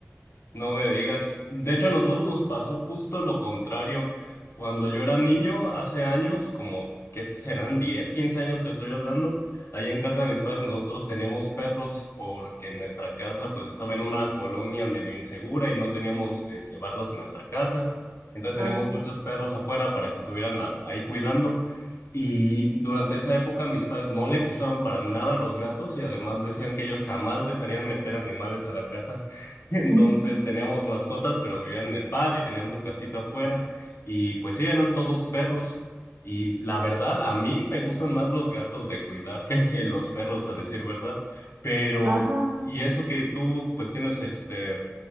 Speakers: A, on the left; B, on the right.
A: No me digas. De hecho, a nosotros nos pasó justo lo contrario. Cuando yo era niño, hace años, como que serán 10, 15 años te estoy hablando, allá en casa de mis padres nosotros teníamos perros porque en nuestra casa pues estaba en una colonia medio insegura y no teníamos este, bardas en nuestra casa. Entonces
B: Ah.
A: teníamos muchos perros afuera para que estuvieran la- ahí cuidando. Y durante esa época mis padres no le gustaban para nada los gatos y además decían que ellos jamás dejarían meter animales a la casa. <laughs> Entonces
B: <laughs>
A: teníamos mascotas, pero vivían en el patio y tenían su casita afuera. Y pues sí, eran todos perros. Y la verdad, a mí me gustan más los gatos de cuidar que <laughs> los perros, a decir verdad. Pero,
B: Ah.
A: y eso que tú, pues tienes este,